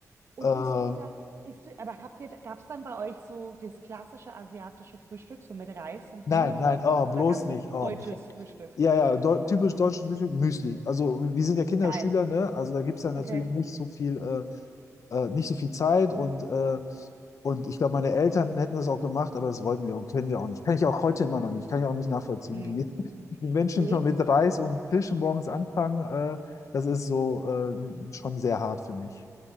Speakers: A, on the right; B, on the left.
A: Und
B: Äh,
A: isst du dann, isst du, aber habt ihr, gab es dann bei euch so das klassische asiatische Frühstück, so mit Reis und
B: nein,
A: Huhn oder
B: nein,
A: sowas?
B: oh, bloß
A: Oder gab es
B: nicht. Oh,
A: deutsches Frühstück?
B: Ja, ja, deu typisch deutsche Frühstück, Müsli. Also wir sind ja Kinderschüler,
A: Geil.
B: ne? Also da gibt es dann natürlich
A: Okay.
B: nicht so viel, äh, äh, nicht so viel Zeit und, äh, und ich glaube, meine Eltern hätten das auch gemacht, aber das wollten wir und können wir auch nicht. Kann ich auch heute immer noch nicht. Kann ich auch nicht nachvollziehen,
A: Mhm.
B: wie <laughs> die Menschen
A: Nee,
B: schon mit Reis und Fisch morgens anfangen. Äh, das ist so äh, schon sehr hart für mich.